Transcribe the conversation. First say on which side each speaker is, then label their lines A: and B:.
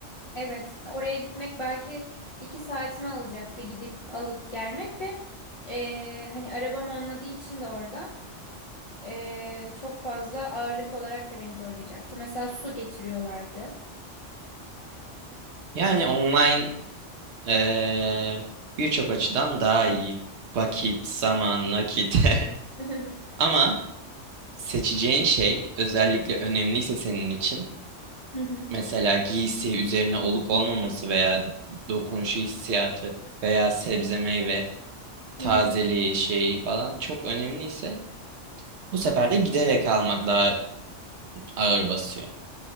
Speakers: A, on the left; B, on the right.
A: evet oraya gitmek belki iki saatimi alacaktı gidip alıp gelmek ve eee, hani arabam olmadığı için de orada. Ee, çok fazla ağırlık olarak da beni zorlayacaktı. Mesela su getiriyorlardı.
B: Yani online eee, birçok açıdan daha iyi. Vakit, zaman, nakit.
A: <laughs>
B: <laughs> Ama seçeceğin şey özellikle önemliyse senin için
A: Hı hı.
B: Mesela giysi üzerine olup olmaması veya dokunuşu hissiyatı veya sebze meyve tazeliği
A: Hı hı.
B: şeyi falan çok önemliyse bu sefer de giderek almak daha ağır basıyor.